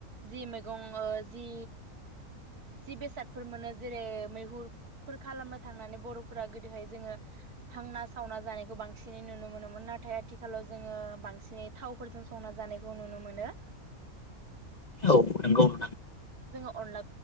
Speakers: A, on the right (about 85°); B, on the left (about 40°).
A: जि मैगं जि जि बेसादफोर मोनो जेरै मैहुरफोर खालामनो थांनानै बर'फोरा गोदोहाय जोङो हांना सावना जानायखौ बांसिनै नुनो मोनोमोन नाथाय आथिखालाव जोङो बांसिनै थावफोरजों संना जानायखौ नुनो मोनो।
B: औ नंगौ नोंथां।
A: अनला